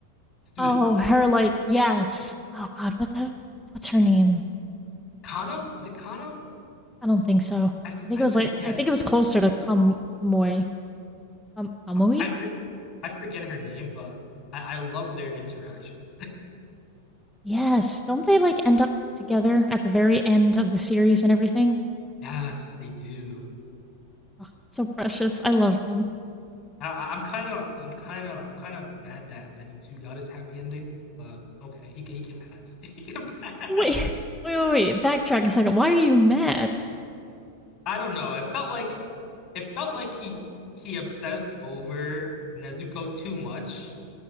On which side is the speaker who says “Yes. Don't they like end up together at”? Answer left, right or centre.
Centre